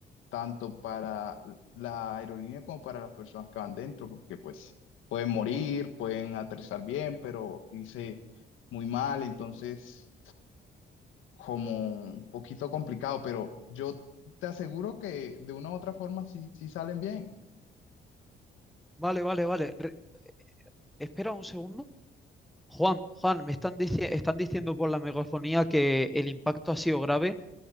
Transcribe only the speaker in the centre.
Vale, vale, vale. Re- espera un segundo. Juan, Juan, me están, dici- están diciendo por la megafonía que el impacto ha sido grave,